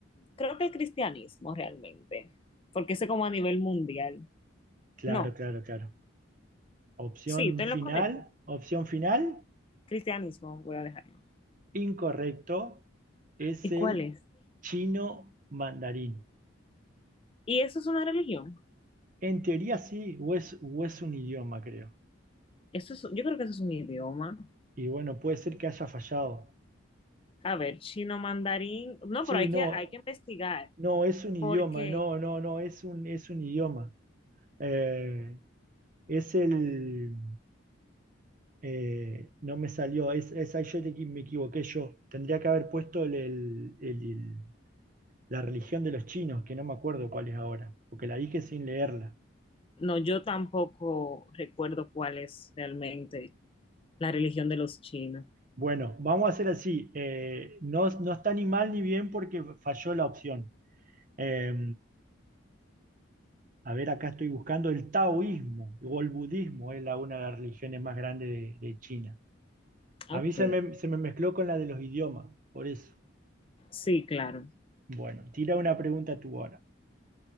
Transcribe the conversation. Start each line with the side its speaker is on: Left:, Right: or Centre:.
Left: creo que el cristianismo realmente, porque ese como a nivel mundial.
Right: Claro,
Left: No,
Right: claro, claro. Opción
Left: Sí, estoy
Right: final,
Left: en lo correcto.
Right: opción final,
Left: Cristianismo, voy a dejarlo.
Right: incorrecto, es
Left: ¿Y
Right: el
Left: cuál es?
Right: chino mandarín.
Left: ¿Y eso es una religión?
Right: En teoría sí, o es, o es un idioma, creo.
Left: Eso es- yo creo que eso es un idioma.
Right: Y bueno, puede ser que haya fallado.
Left: A ver, chino mandarín. No,
Right: Sí,
Left: pero hay
Right: no,
Left: que, hay que investigar
Right: no, es un idioma,
Left: porque
Right: no, no, no, es un, es un idioma. Eh, es el... Eh, no me salió, es, es ahí yo te- me equivoqué yo. Tendría que haber puesto el- el- el- el- la religión de los chinos, que no me acuerdo cuál es ahora, porque la dije sin leerla.
Left: no, yo tampoco recuerdo cuál es realmente la religión de los chinos.
Right: Bueno, vamos a hacer así. eh, no, no está ni mal ni bien porque falló la opción. Eh, a ver, acá estoy buscando el taoísmo o el budismo, es la, una de las religiones más grandes de, de China.
Left: Ok,
Right: A mí se me, se me mezcló con la de los idiomas, por eso.
Left: sí, claro.
Right: Bueno, tira una pregunta tú ahora.